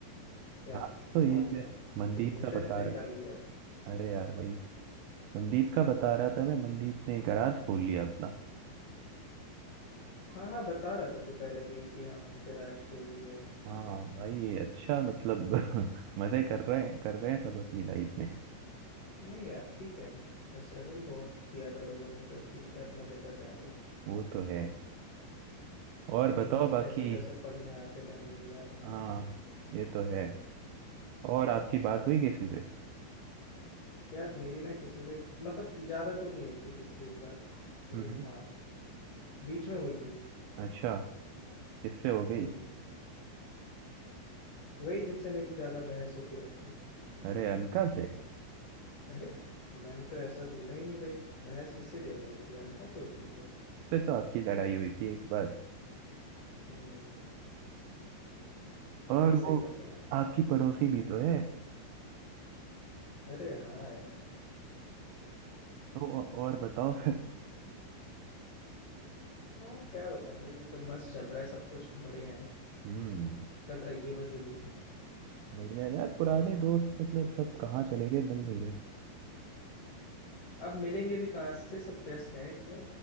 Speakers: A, on the left; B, on the right.
A: यार
B: हाँ तो ये
A: और क्या
B: मैं मनदीप
A: इमोशन
B: का बता
A: है भाई
B: रहा
A: गाड़ी यार
B: अरे यार भाई मनदीप का बता रहा था मैं मनदीप ने गराज खोल लिया अपना
A: हाँ हाँ बता रहा था तू पहले भी कि हाँ गैराज खोल लिया है
B: हाँ भाई अच्छा मतलब <laughs> मजे कर रहे हैं कर रहे हैं सब अपनी लाइफ में
A: नहीं यार ठीक है स्ट्रगल बहुत किया था लोगों ने तो ठीक है अब मजे कर रहे हैं तो
B: वो तो है और बताओ
A: हम्म,
B: बाकी
A: जैसे तैसे पढ़ने आते थे हम लोग याद है हमको
B: हाँ ये तो है और आपकी बात हुई किसी से
A: यार मेरी ना किसी से मतलब ज्यादा तो नहीं होती किसी से भी बात लेकिन
B: हम्म
A: हाँ बीच में हुई थी
B: अच्छा किससे हो गई
A: हम्म वही जिससे मेरी ज्यादा बहस होती रहती है
B: अरे अनका से
A: अरे मैम तो ऐसा बोला ही नहीं भाई बहस किससे ज्यादा होती है अनका से होती है
B: से तो आपकी लड़ाई हुई थी एक बार
A: हम्म,
B: और
A: नहीं
B: वो
A: सही पकड़े आपने
B: आपकी पड़ोसी भी तो है
A: अरे हाँ यार
B: तो औ- और बताओ फिर
A: और क्या बताऊं भाई एकदम मस्त चल रहा है सब कुछ बढ़िया है
B: हम्म
A: कट रही है बस जिंदगी
B: बढ़िया यार पुराने दोस्त मतलब सब कहाँ चले गए मिल नहीं रहे
A: अब मिलेंगे भी कहाँ से सब व्यस्त हैं इतने